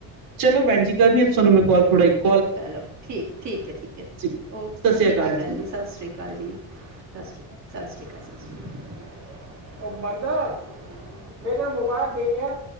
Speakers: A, on the right; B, on the right.
A: ਚਲੋ ਭੈਣਜੀ, ਕਰਨੀ ਆ ਤੁਹਾਨੂ ਮੈਂ ਕੋਲ ਥੋੜਾ ਈ
B: ਚਲੋ ਠੀਕ-ਠੀਕ ਹੈ, ਠੀਕ ਹੈ
A: ਜੀ
B: ਓਕੇ
A: ਸਤਿ ਸ੍ਰੀ
B: ਠੀਕ
A: ਅਕਾਲ
B: ਹੈ ਭੈਣ ਜੀ ਸਤਿ ਸ਼੍ਰੀ ਅਕਾਲ। ਸਤਿ ਸ੍ਰੀ ਅਕਾਲ ਜੀ, ਸਤਿ ਸ਼੍ਰੀ ਅਕਾਲ ਸਤਿ, ਸ਼੍ਰੀ ਅਕਾਲ ਸਤਿ ਸ਼੍ਰੀ ਅਕਾਲ। ਉਹ ਬੰਦਾ ਮੇਰਾ ਮੁਬੈਲ ਦੇਣਿਆ।